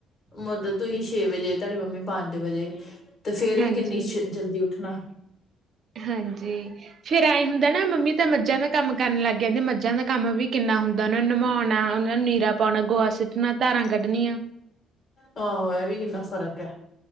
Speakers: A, on the left; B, on the right.
A: ਮਤਲਬ ਤੁਸੀਂ ਛੇ ਵਜੇ ਤੁਹਾਡੀ ਮੰਮੀ ਪੰਜ ਵਜੇ ਤੇ ਫੇਰ
B: ਹਾਂਜੀ
A: ਵੀ ਕਿੰਨੀ ਜਲਦੀ ੳਠਣਾ
B: ਹਾਂਜੀ ਫੇਰ ਐ ਹੁੰਦਾ ਨਾ ਮੰਮੀ ਤਾਂ ਮੱਝਾਂ ਦਾ ਕੰਮ ਕਰਨ ਲੱਗ ਜਾਂਦੀ ਮੱਝਾਂ ਦਾ ਕੰਮ ਵੀ ਕਿੰਨਾ ਹੁੰਦਾ ਉਹਨਾਂ ਨੂੰ ਨਮੌਣਾ ਉਹ ਨੂੰ ਨੀਰਾ ਪਾਉਣਾ ਗੋਹਾ ਸਿੱਟਣਾ। ਧਾਰਾਂ ਕੱਢਣੀਆਂ
A: ਆਹੋ ਇਹ ਵੀ ਕਿੰਨਾ ਫ਼ਰਕ ਹੈ।